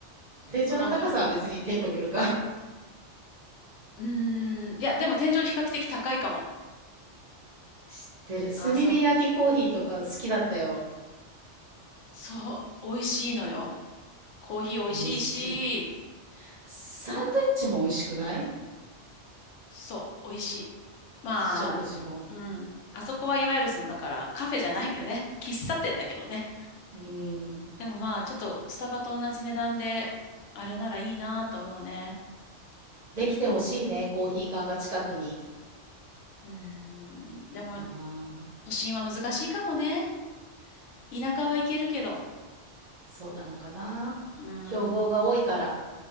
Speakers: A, on the right; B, on the left.
A: 天井の高さは別に店舗によるか。
B: う。もうなんか、
A: <laughs>
B: うーん、いや、でも天井比較的高いかも。
A: 知ってる。炭火焼きコーヒーとか好きだったよ。
B: あ、そう、そう、美味しいのよ。コーヒー美味しい
A: 美味しい。
B: し、
A: サンドイッチも美味しくない
B: そう、美味しい。まあ、
A: 食事も。
B: うん。あそこはいわゆるその、だから、カフェじゃないけどね、喫茶店だけどね。
A: うん。
B: でもまあ、ちょっとスタバと同じ値段で、あれならいいなと思うね。
A: できてほしいね、コーヒー缶が近くに。
B: うーん。でも、
A: ああ、
B: 都心は難しいかもね。田舎は行けるけど。
A: そうなのかな。
B: うーん。
A: 競合が多いから。